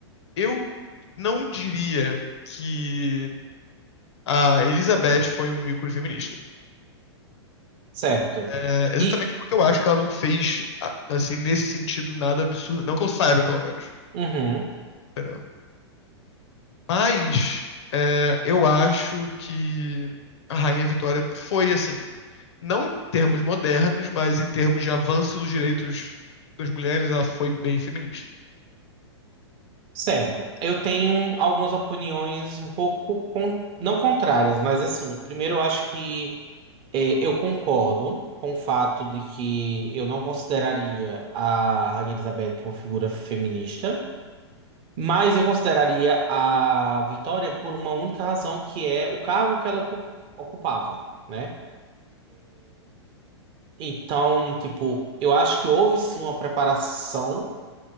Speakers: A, on the left (about 70°); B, on the right (about 35°).
A: eu não diria que a Elizabeth foi um ícone feminista.
B: certo.
A: É, exatamente
B: E,
A: porque eu acho que ela não fez, a- assim, nesse sentido, nada absurdo. Não que eu saiba, pelo menos.
B: uhum,
A: Entendeu? Mas é, eu acho que a Rainha Vitória foi assim, não em termos modernos, mas em termos de avanço dos direitos das mulheres, ela foi bem feminista.
B: certo. Eu tenho um- algumas opiniões um pouco, con- não contrárias, mas assim, primeiro eu acho que é, eu concordo com o fato de que eu não consideraria a Rainha Elizabeth uma figura feminista, mas eu consideraria a Vitória por uma única razão, que é o cargo que ela ocu- ocupava, né? Então, tipo, eu acho que houve sim uma preparação